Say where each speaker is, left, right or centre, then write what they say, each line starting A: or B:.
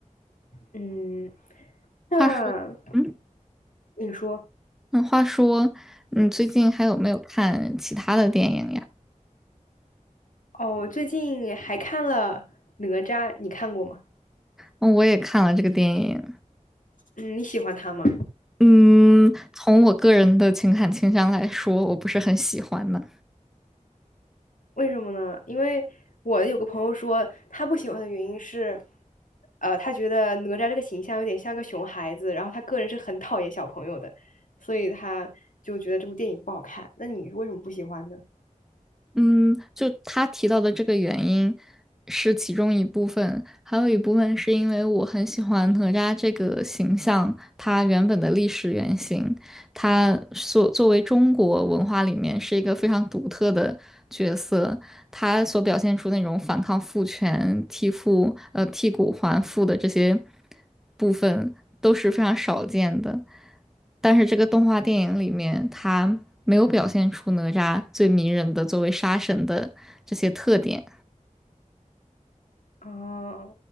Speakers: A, on the left (about 75°); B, in the centre.
A: 嗯，
B: 话说，
A: 那
B: 嗯，
A: 你说，
B: 那话说，你最近还有没有看其他的电影呀？
A: 哦，我最近还看了《哪吒》，你看过吗？
B: 嗯，我也看了这个电影。
A: 嗯，你喜欢他吗？
B: 嗯，从我个人的情感倾向来说，我不是很喜欢的。
A: 为什么呢？因为我有个朋友说，他不喜欢的原因是，呃，他觉得哪吒这个形象有点像个熊孩子，然后他个人是很讨厌小朋友的，所以他就觉得这部电影不好看。那你为什么不喜欢呢？
B: 嗯，就他提到的这个原因是其中一部分，还有一部分是因为我很喜欢哪吒这个形象，他原本的历史原型，他所作为中国文化里面是一个非常独特的角色，他所表现出那种反抗父权、替父呃替骨还父的这些部分都是非常少见的。但是这个动画电影里面，他没有表现出哪吒最迷人的作为杀神的这些特点，
A: 啊，